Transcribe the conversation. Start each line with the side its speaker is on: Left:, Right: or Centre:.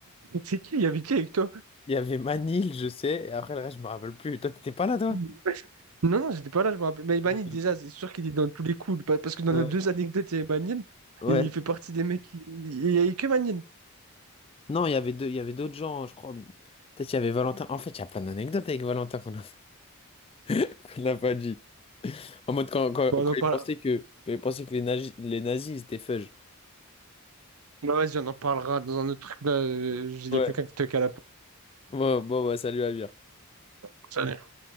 Right: C'est qui? Il y avait qui avec toi?
Left: Il y avait Manil, je sais, et après, le reste, je me rappelle plus. Toi, t'étais pas là, toi?
Right: <laughs> Non, non, j'étais pas là, je me rappelle. Mais Ebanil,
Left: Ok.
Right: déjà, c'est sûr qu'il est dans tous les coups. pa- Parce que dans
Left: Ouais.
Right: nos deux anecdotes, il y a Ebanil.
Left: Ouais.
Right: Et il fait partie des mecs qui. Il n'y avait que Manil.
Left: Non, il y avait deux, il y avait d'autres gens, je crois. Peut-être il y avait Valentin. En fait, il y a plein d'anecdotes avec Valentin qu'on a- <laughs> qu'on n'a pas dit. En mode, quand, quand,
Right: Bon,
Left: quand
Right: on en parle...
Left: ils pensaient que, quand ils pensaient que les nazis, les nazis, ils étaient fudge.
Right: bah, vas-y, on en parlera dans un autre truc là. euh, Il y
Left: Ouais.
Right: a quelqu'un qui toque à la
Left: Bon, bon, bah, salut, Amir.
Right: porte.